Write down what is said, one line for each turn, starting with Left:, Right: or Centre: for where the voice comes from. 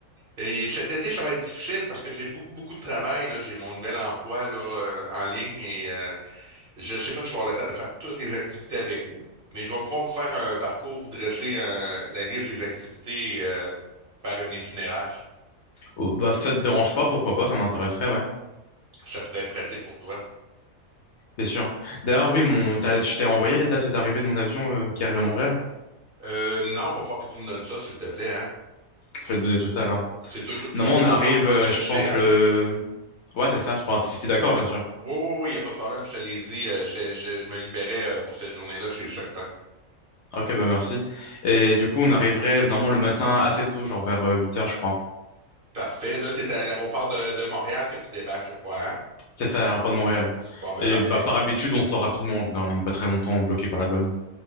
Right: Et cet été, ça va être difficile parce que j'ai beaucoup, beaucoup de travail, là. J'ai mon nouvel emploi là, euh, en ligne et euh, Je ne sais pas si je vais avoir le temps de faire toutes les activités avec vous, mais je vais pouvoir vous faire un parcours, vous dresser un- la liste des activités et euh, faire un itinéraire.
Left: Oh, bah, ça te dérange pas, pourquoi pas, ça m'intéresserait, ouais.
Right: Ça pourrait être pratique pour toi.
Left: C'est sûr. D'ailleurs, oui, mon, t'as- je t'ai envoyé les dates d'arrivée de mon avion euh, qui arrive à Montréal.
Right: Euh, non, il va falloir que tu me donnes ça, s'il te plaît, hein?
Left: Je vais te donner tout ça alors.
Right: C'est toujours, c'est
Left: Normalement,
Right: toujours
Left: on arrive,
Right: moi qui va
Left: euh,
Right: te chercher,
Left: je pense,
Right: hein?
Left: le Ouais, c'est ça, je pense. Si t'es d'accord, bien sûr.
Right: Oui, oui, oui, il n'y a pas de problème, je te l'ai dit, euh, je, te- je- je me libérais euh, pour cette journée-là, c'est certain.
Left: Ok, bah merci. Et du coup, on arriverait normalement le matin assez tôt, genre vers euh, huit heures je crois.
Right: Parfait. Là, tu es à l'aéroport de, de Montréal que tu débarques, je crois, hein?
Left: C'est ça, à l'aéroport de Montréal.
Right: Bon, ben
Left: Et
Right: parfait.
Left: bah, par habitude, on sort rapidement. en général, On n'est pas très longtemps bloqué par la douane.